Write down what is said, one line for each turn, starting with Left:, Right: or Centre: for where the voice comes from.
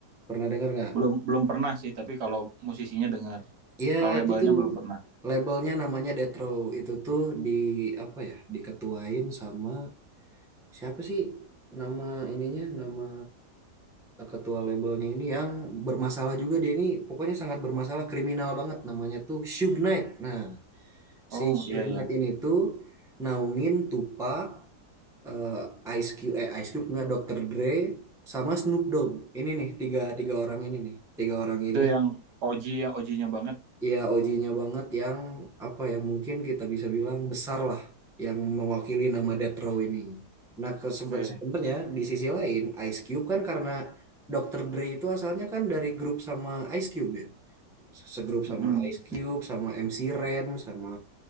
Centre: Pernah dengar nggak?
Right: belum belum pernah sih tapi kalau musisinya dengar
Centre: Iya
Right: kalau labelnya
Centre: itu tuh
Right: belum pernah
Centre: labelnya namanya Death Row. Itu tuh di apa ya, diketuain sama Siapa sih nama ininya, nama ketua labelnya ini yang bermasalah juga dia ini pokoknya sangat bermasalah kriminal banget namanya tuh Suge Knight. Nah,
Right: oh
Centre: si Suge
Right: iya
Centre: Knight
Right: iya
Centre: ini tuh naungin Tupac, eh, Ice Cube, eh Ice Cube nggak Dr. Dre sama Snoop Dogg. Ini nih tiga tiga orang ini nih, tiga orang
Right: Itu
Centre: ini
Right: yang OG ya, OG-nya banget.
Centre: Iya, OG-nya banget yang apa ya mungkin kita bisa bilang besar lah yang mewakili nama Death Row ini. Nah, ke sebe-
Right: Oke.
Centre: sebenarnya di sisi lain Ice Cube kan karena Dr. Dre itu asalnya kan dari grup sama Ice Cube ya. Segrup
Right: Mm.
Centre: sama Ice Cube, sama MC Ren, sama